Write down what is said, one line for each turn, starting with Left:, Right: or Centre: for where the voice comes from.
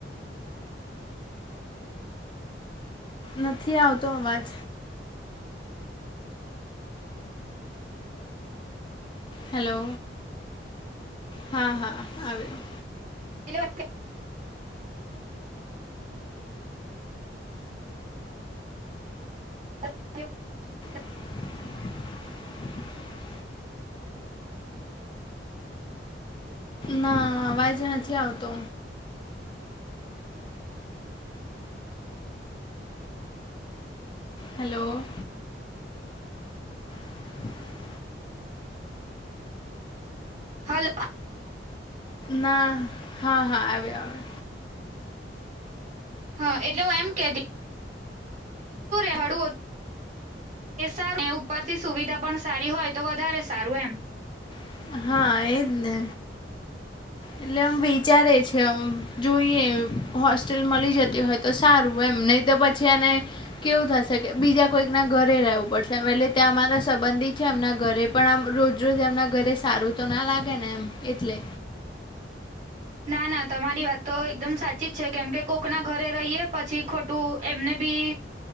Left: નથી આવતો અવાજ. હેલો હા હા આવ્યો.
Right: કેટલી વાર થઈ? <inaudible>
Left: <inaudible> ના અવાજ નથી આવતો. હેલો. <inaudible>
Right: હલ
Left: ના હા હા આવે આવે.
Right: હા એટલે હું એમ કેતી શું રેવાડવું હોત એ સારું ઉપરથી સુવિધા પણ સારી હોય તો વધારે સારું એમ
Left: આવ્યો હા એજ ને. એટલે આમ વિચારે છે ઓમ જોઈએ હોસ્ટેલ મળી જતી હોય. તો સારું એમ નહી તો પછી એને કેવું થશે કે બીજા કોઈક ના ઘરે રહેવું પડશે વેલી ત્યાં અમારે સંબંધી છે એમના ઘરે પણ આમ રોજરોજ એમનાં ઘરે સારું તો ના લાગે ને એમ એટલે
Right: ના ના તમારી વાત તો એકદમ સાચી જ છે કેમ કે કોકના ઘરે રહીએ પછી ખોટું એમને બી